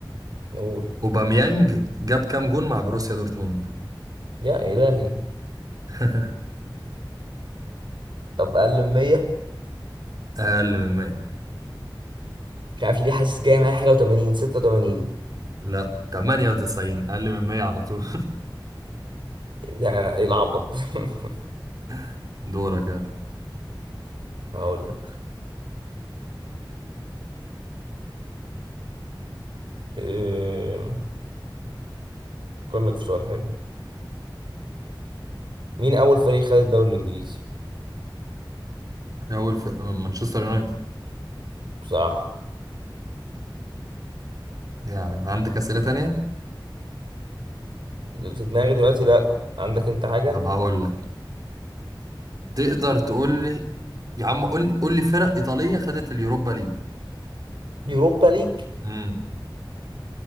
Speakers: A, on the right (about 75°); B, on the right (about 50°).
A: نقول
B: اوباميانج جاب كام جون مع بروسيا دورتموند
A: يا الهي
B: <laughs>
A: طب اقل من 100
B: اقل من 100
A: مش عارف ليه حاسس جاي معايا حاجه و80 86
B: لا 98 اقل من 100 على طول
A: يا ايه العبط <laughs>
B: <laughs> دورك يلا
A: هقول لك إيه... أفكر لك في سؤال حلو مين أول فريق خد الدوري الإنجليزي؟
B: اول في مانشستر يونايتد
A: بصراحة
B: يعني عندك اسئلة تانية
A: في دماغي دلوقتي لأ عندك أنت حاجة
B: طب هقول لك تقدر تقول لي يا عم قول لي قول لي فرق ايطاليه خدت اليوروبا ليج
A: يوروبا ليج
B: امم